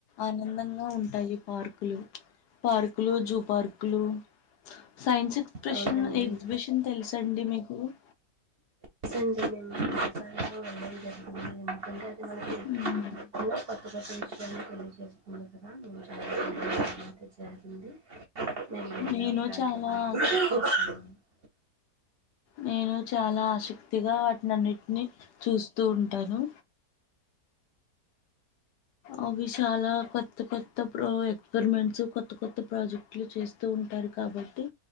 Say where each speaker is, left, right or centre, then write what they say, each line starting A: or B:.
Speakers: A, on the left; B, on the right.
A: ఆనందంగా ఉంటాయి పార్కులు పార్కులు జూ పార్కులు సైన్స్ ఎక్స్ప్రెషన్
B: అవునండి
A: ఎగ్జిబిషన్ తెలుసండి మీకు ఉమ్
B: <inaudible>
A: మ్మ్.
B: <unintelligible>
A: నేను చాలా ఆక్ష- నేను చాల ఆసక్తిగ వాట్నన్నింటిని చూస్తూ ఉంటాను అవి చాల కొత్త కొత్త ప్రాజెక్ ఎక్స్పెరిమెంట్స్ కొత్త కొత్త ప్రాజెక్టులు చేస్తూ ఉంటారు కాబట్టి